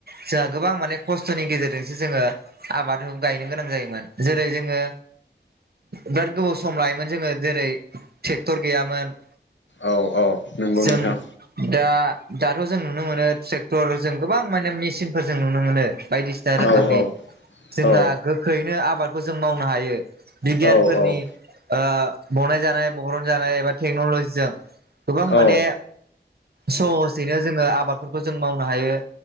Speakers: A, on the right; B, on the left.
A: जोंहा गोबां माने खस्थ'नि गेजेरजोंसो जोङो आबाद गायनो गोनां जायोमोन जेरै जोङो बिराद गोबाव सम लायोमोन जोङो जेरै ट्रेक्टर गैयामोन
B: औ औ नंगौ
A: जों
B: नोंथां
A: दा दाथ' जों नुनो मोनो ट्रेक्टर जों गोबां माने मेसिनफोर जों नुनो मोनो बायदिसिना रो
B: औ
A: खोमनि
B: औ
A: जोंहा
B: औ
A: गोख्रैनो आबादखौ जों मावनो हायो बिगियानफोरनि
B: औ औ
A: ओ बनाय जानाय बरन जानाय एबा टेक्न'लजिजों गोबां
B: औ
A: माने सहजैनो जोङो आबादफोरखौ जों मावनो हायो।